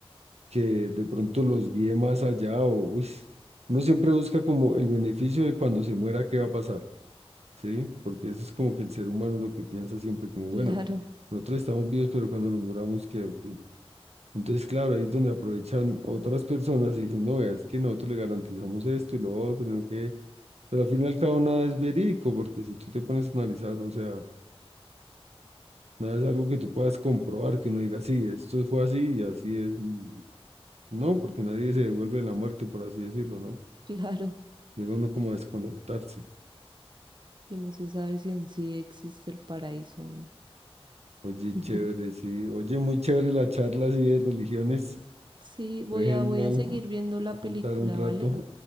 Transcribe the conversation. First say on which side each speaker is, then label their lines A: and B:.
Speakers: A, on the right (about 85°); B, on the right (about 45°).
A: que de pronto los guíe más allá o, uy, uno siempre busca como el beneficio de cuando se muera, qué va a pasar, ¿sí? Porque eso es como que el ser humano lo que piensa siempre, como,
B: Claro,
A: bueno, nosotros estamos vivos, pero cuando nos muramos, ¿qué? ¿O qué? Entonces, claro, ahí es donde aprovechan otras personas y dicen, no, vea, es que nosotros le garantizamos esto y lo otro, y no sé qué, Pero al fin y al cabo nada es verídico, porque si tú te pones a analizar, o sea, nada es algo que tú puedas comprobar, que uno diga, sí, esto fue así y así es. y No, porque nadie se devuelve en la muerte, por así decirlo, ¿no?
B: claro.
A: Llega uno como a desconectarse.
B: Y no se sabe si en sí existe el paraíso o no.
A: Oye,
B: <laughs>
A: chévere, sí. Oye, muy chévere la charla así de religiones.
B: Sí, voy
A: Fue genial
B: a, voy a seguir viendo la película,
A: pensar un rato.
B: ¿vale?